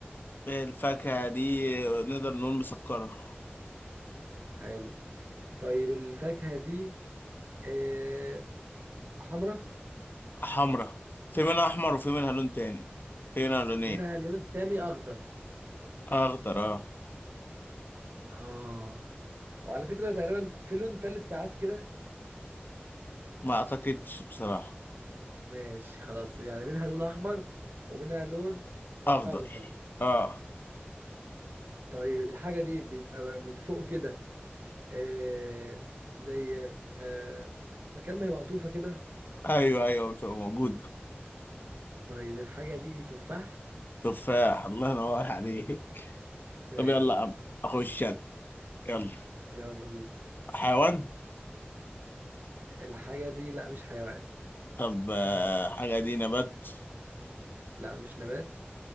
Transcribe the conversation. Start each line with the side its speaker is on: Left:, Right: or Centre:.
Left: الفاكهة دي نقدر نقول مسكرة
Right: حلو طيب الفاكهه دي آه، حمراء
Left: حمرة في منها أحمر وفي منها لون تاني في منها لونين
Right: منها اللون التاني اخضر
Left: أخضر أه
Right: اه وعلى فكره تقريبا في لون تالت ساعات كده
Left: ما أعتقدش بصراحة
Right: ماشي خلاص يعني منها لون احمر ومنها لون
Left: أخضر
Right: اخضر
Left: أه
Right: طيب الحاجه دي بيبقى من فوق كده آه زي آه مكان ما هي مقطوفه كده
Left: أيوه أيوه بتبقى موجودة
Right: طيب الحاجه دي تفاح
Left: تفاح الله ينور عليك
Right: ماشي
Left: طب يلا يا عم أخش أنا. يلا
Right: يلا بينا
Left: حيوان
Right: الحاجه دي لا مش حيوان
Left: طب آه، حاجة دي نبات
Right: لا مش نبات